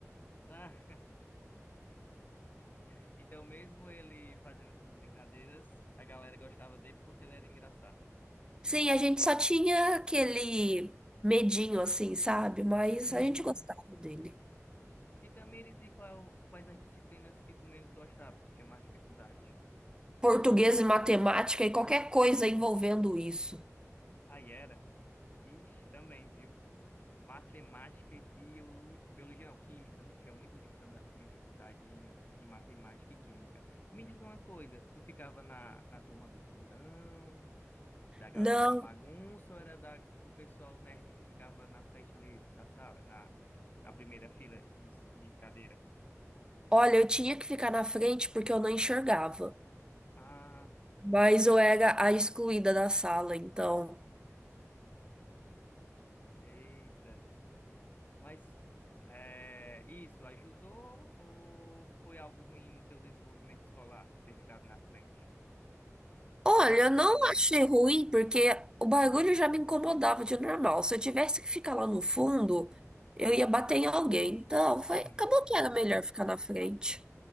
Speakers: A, on the left (about 35°); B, on the right (about 15°).
A: Ah, <laughs> Então, mesmo ele fazendo essas brincadeiras, a galera gostava dele porque ele era engraçado.
B: Sim, a gente só tinha aquele medinho assim, sabe? Mas
A: Uhum.
B: a gente gostava dele.
A: E também eles qual, quais as disciplinas que tu menos gostava, que tu tinha mais dificuldade?
B: Português e matemática e qualquer coisa envolvendo isso.
A: Aí era. Vixe, também, viu? Matemática e biolo... biologia, não, química. Tinha muita dificulda- dificuldade em, em matemática e química. E me diz uma coisa, tu ficava na, na turma do fundão, da galera
B: Não,
A: da bagunça, ou era da, do pessoal nerd que ficava na frente ali da sala, na, na primeira fila de, de cadeira?
B: olha, eu tinha que ficar na frente porque eu não enxergava.
A: Ah,
B: Mas eu era a excluída da sala, então.
A: eita. Mas é, isso ajudou ou foi algo ruim no teu desenvolvimento escolar, ter ficado na frente,
B: Olha,
A: na tua
B: eu não
A: opinião?
B: achei ruim porque o barulho já me incomodava de normal. Se eu tivesse que ficar lá no fundo, eu ia bater em alguém. Então, foi,
A: <laughs>
B: acabou que era melhor ficar na frente.